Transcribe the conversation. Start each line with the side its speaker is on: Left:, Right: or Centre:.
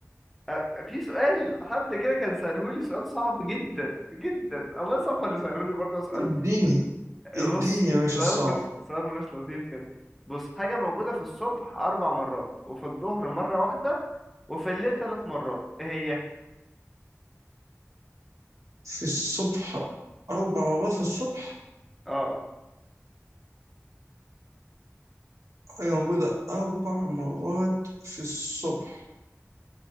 Centre: آه، في سؤال حد كده كان سألهولي سؤال صعب جدا جدا الله يصفى اللي سألهولي برضه سؤال
Right: اديني اديني
Centre: بص
Right: يا باشا
Centre: سؤال
Right: الصعب
Centre: مش سؤال مش لطيف كده بص حاجة موجودة في الصبح أربع مرات وفي الظهر مرة واحدة وفي الليل ثلاث مرات إيه هي؟
Right: في الصبح أربع مرات في الصبح
Centre: اه
Right: حاجة موجودة أربع مرات في الصبح